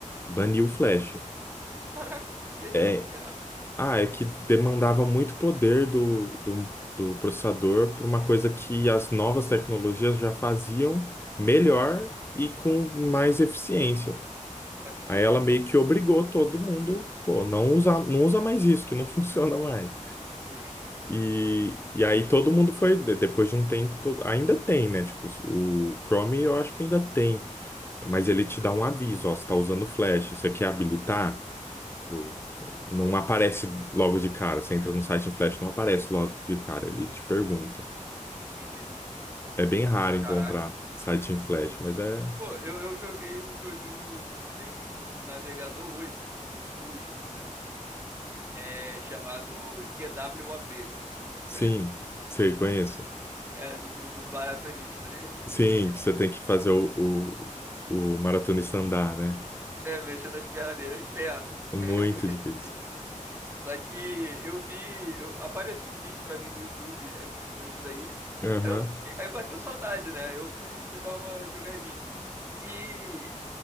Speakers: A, on the left; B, on the right.
A: baniu o Flash.
B: Caraca, por quê?
A: É,
B: De graça.
A: Ah, é que demandava muito poder do, do, do processador para uma coisa que as novas tecnologias já faziam melhor
B: Ah,
A: e com mais eficiência.
B: faz sentido
A: Aí ela
B: então.
A: meio que obrigou todo mundo, pô, não usa, não usa mais isso, que não <laughs> funciona mais.
B: Justo.
A: E, e aí todo mundo foi, de- depois de um tempo, todo, ainda tem, né? Tipo, o Chrome eu acho que ainda tem, mas ele te dá um aviso, ó, você está usando flash, você quer habilitar? Tipo, Não aparece logo de cara. Você entra no site em flash, não aparece logo de cara. Ele te pergunta.
B: Entendi.
A: É bem raro encontrar
B: Caraca.
A: site em flash, mas é.
B: Pô, eu, eu joguei um joguinho na no navegador hoje. Hoje mesmo. É chamado QWOP.
A: Sim,
B: Conhece?
A: você conhece.
B: É a de, do, do maratonista. <laughs>
A: Sim, que você tem que fazer o, o, o maratonista andar, né?
B: É, mexendo as pernas dele é um inferno.
A: Muito
B: <laughs> É muito
A: difícil.
B: difícil. Só que eu vi. eu- apareceu um vídeo pra mim do YouTube é, com isso daí.
A: Aham.
B: Aí, eu fiquei- aí bateu saudade, né? Eu fui, fui dar uma jogadinha. E,